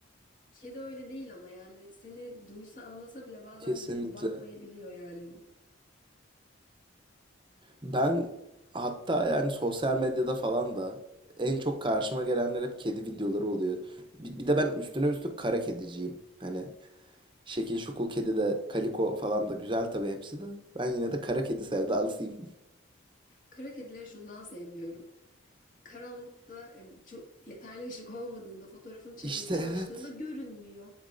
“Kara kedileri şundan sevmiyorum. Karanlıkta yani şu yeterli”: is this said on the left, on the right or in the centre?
Left